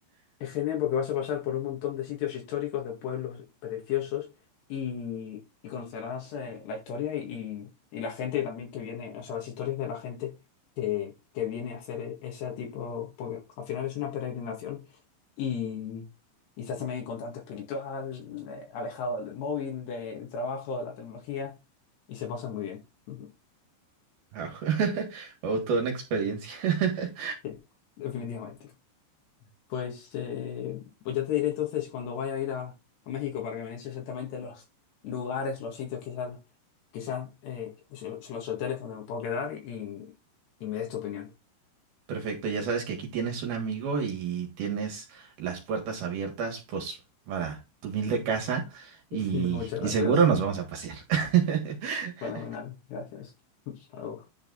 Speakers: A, on the left (about 65°); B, on the right (about 60°).
A: Es genial porque vas a pasar por un montón de sitios históricos, de pueblos preciosos y, y conocerás eh, la historia y, y- y la gente también que viene, o sea, las historias de la gente que, que viene a hacer e- ese tipo, porque al final es una peregrinación y, y estás también en contacto espiritual, eh, alejado del móvil, del trabajo, de la tecnología y se pasa muy bien. Ujú,
B: Wow. <laughs> Wow, toda una experiencia. <laughs>
A: Sí, definitivamente. Pues, eh, pues ya te diré entonces cuando vaya a ir a, a México para que me des exactamente los lugares, los sitios, quizás quizás eh, so- so- los hoteles donde me puedo quedar y, y me des tu opinión.
B: Perfecto, ya sabes que aquí tienes un amigo y tienes las puertas abiertas, pues, para tu humilde casa y,
A: <laughs> Muchas
B: y
A: gracias.
B: seguro nos vamos a pasear. <laughs>
A: Fenomenal. Gracias. <laughs> Hasta luego.